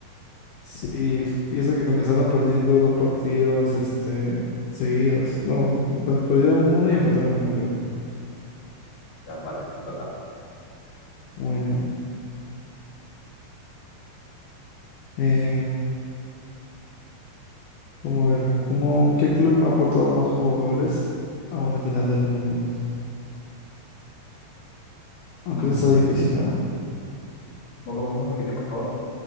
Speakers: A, on the left (about 70°); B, on the left (about 45°).
A: Sí, f- y eso que comenzaron perdiendo dos partidos, este, seguidos. No, pe- perdieron uno y empataron uno, creo.
B: Ya, vale, te toca.
A: Bueno, eh, como ver, ¿cómo, qué club ha aportado más jugadores a una final del mundo? Aunque
B: Mm.
A: eso está difícil, ¿no?
B: ¿Cómo, cómo, cómo? Repite, por favor.